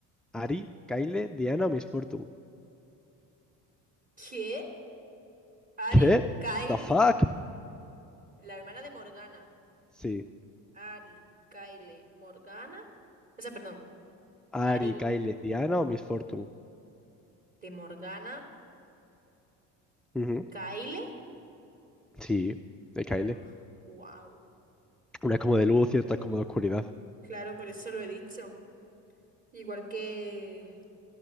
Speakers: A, in the centre; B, on the right.
A: ¿Ari, Kyle, Diana o Miss Fortune?
B: ¿Qué? Ari,
A: ¿Qué?
B: Kyle,
A: ¿The fuck?
B: la hermana de Morgana.
A: Sí.
B: Ari, Kyle, Morgana. O sea, perdón.
A: Ari,
B: Ari
A: Kyle, Diana o Miss Fortune.
B: de Morgana,
A: Ujú.
B: Kyle.
A: Sí, de Kyle.
B: wow Wow.
A: Una es como de luz y otra es como de oscuridad.
B: Claro, por eso lo he dicho. Igual que